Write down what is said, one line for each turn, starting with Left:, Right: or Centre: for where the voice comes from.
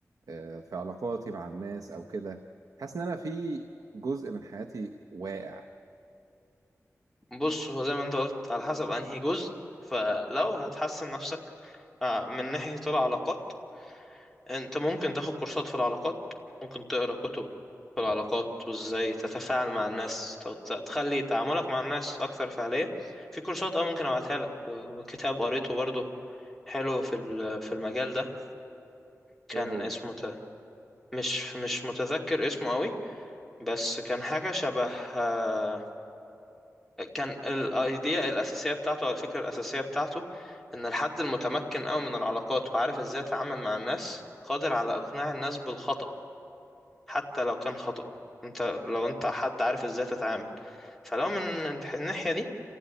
Right: آه، في علاقاتي مع الناس أو كده حاسس إن أنا في جزء من حياتي واقع
Centre: بص هو زي ما انت قلت على حسب انهي جزء فلو هتحسن نفسك آه، من ناحية العلاقات انت ممكن تاخد كورسات في العلاقات ممكن تقرا كتب في العلاقات وازاي تتفاعل مع الناس ت- ت- تخلي تعاملك مع الناس اكثر فعالية في كورسات اه ممكن ابعتها لك و- وكتاب قريته برضو حلو في ال- في المجال ده كان
Right: إيه هو؟
Centre: اسمه ت- مش مش متذكر اسمه قوي بس كان حاجة شبه آه، كان الايديا الاساسيه بتاعته او الفكره الاساسيه بتاعته ان الحد المتمكن قوي من العلاقات وعارف ازاي يتعامل مع الناس قادر على اقناع الناس بالخطأ حتى لو كان خطأ انت لو انت حد عارف ازاي تتعامل فلو من الح- الناحيه دي